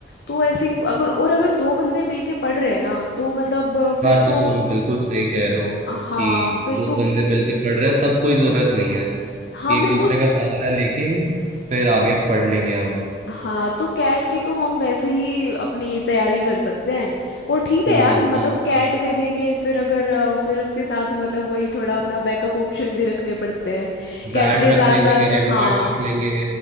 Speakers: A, on the left; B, on the right.
A: तो ऐसी अगर और अगर दो बंदे मिलके पढ़ रहे हैं ना तो मतलब फिर
B: बात
A: तो
B: तो सुन बिल्कुल सही कह रहे हो
A: हाँ
B: कि
A: फिर
B: दो
A: तो
B: बंदे मिलके पढ़ रहे हैं तब कोई जरूरत नहीं है
A: हाँ मेरे
B: एक दूसरे
A: को
B: का सहारा लेके ही फिर आगे पढ़ लेंगे हम
A: हाँ तो कैट की तो हम वैसे ही अपनी तैयारी कर सकते हैं और ठीक है
B: हम्म
A: यार मतलब
B: हम्म
A: कैट दे देंगे फिर अगर अ, फिर उसके साथ मतलब वही थोड़ा अपना बैकअप ऑप्शन भी रखने पड़ते हैं
B: जैट
A: कैट के
B: रख
A: साथ
B: लेंगे
A: साथ
B: एनमैट
A: हाँ
B: रख लेंगे